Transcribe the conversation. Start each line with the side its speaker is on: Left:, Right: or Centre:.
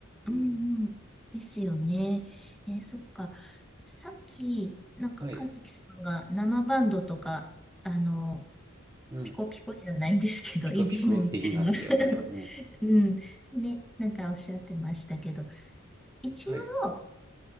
Centre: うんうん。
Right: うん、
Centre: ですよね。えーそっか。さっき、なんか和樹さんが生バンドとか、
Right: はい、
Centre: あの、
Right: うん、
Centre: ピコピコじゃないんですけど、
Right: ピコピコって言いますよね、
Centre: EDM みたいな <laughs>
Right: うん、
Centre: うん。ね、なんかおっしゃってましたけど、一応、
Right: はい、
Centre: あ